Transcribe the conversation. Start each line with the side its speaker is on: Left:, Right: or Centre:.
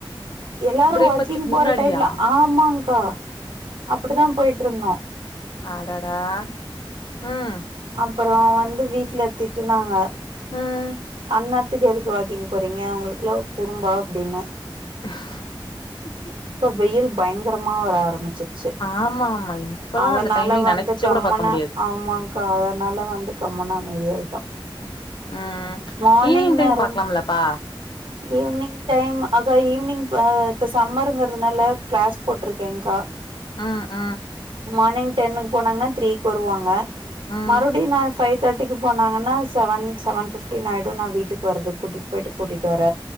Right: எல்லாரு
Left: பிரேக்ஃபாஸ்ட்டுக்கு
Right: வாக்கிங் போற
Left: முன்னாடியா
Right: டைம்ல ஆமாங்கா அப்டித்தா போயிட்ருந்தோ
Left: அடடா ம்,
Right: அப்புற வந்து வீட்டுல திட்டுனாங்க
Left: ம்.
Right: அன்ன துக்கு வந்துட்டு வாக்கிங் போறீங்க உங்களுக்குல்லா குறும்பா அப்டின்னு
Left: <inaudible>
Right: இப்ப வெயில் பயங்கரமா வர ஆரம்பிச்சு ச்சு
Left: ஆமா, ஆமா. இப்பலாம்
Right: அதனால
Left: அந்த டைமிங் நெனச்சு
Right: வந்து கம்முனு
Left: கூட பாக்க முடியாது.
Right: ஆமாங் கா அதனால வந்து கம்முன்னு அமைதியாயிட்டோ
Left: ம்
Right: மார்னிங்
Left: ஈவினிங் டைம்
Right: நேரம்
Left: பாக்கலாம்லப்பா
Right: ஈவினிங் டைம் அக்கா ஈவினிங் இப்ப சம்மருங்க துனால கிளாஸ் போட்ருக்கேங்க்கா
Left: அ அ
Right: மார்னிங் டென்னுக்கு போனாங்கன்னா த்ரீக்கு வருவாங்க
Left: ம்.
Right: மறுபடியு நா ஃபை தேர்ட்டிக்கு போனாங்கன்னா செவன் செவன் ஃபிஃப்டின் ஆயிடு நா வீட்டுக்கு வரதுக் கூட்டிட்டு போயிட்டு கூட்டிட்டு வர